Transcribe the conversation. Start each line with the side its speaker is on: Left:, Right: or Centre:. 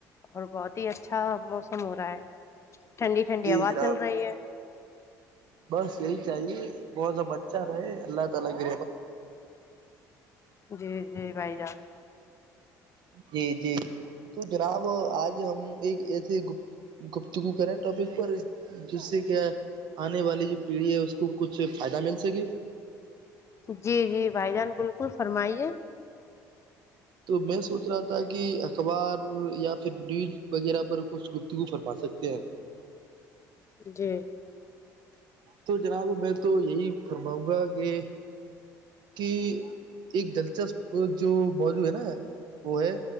Left: اور بہت ہی اچھا موسم ہو رہا ہے ٹھنڈی ٹھنڈی
Right: جی
Left: ہوا
Right: جناب
Left: چل رہی ہے
Right: بس یہی چاہیے بہت ام ارے اللہ تعالی کی
Left: جی جی بھائی جان
Right: جی جی تو جناب آج ہم ایک ایسے گ گپتگو کریںٹاپک پر جس سے کیا آنے والی جو پیڑھی ہے اس کو کچھ فائدہ مل سکے
Left: جی جی بھائی جان بالکل فرمائیے
Right: تو میں سوچ رہا تھا کہ اخبار یا پھر نیوج وغیرہ پر کچھ گفتگو فرما سکتے ہیں
Left: جی
Right: تو جناب میں تو یہی فرماؤں گا کہ کہ ایک دلچسپ جو موضوع ہے نا وہ ہے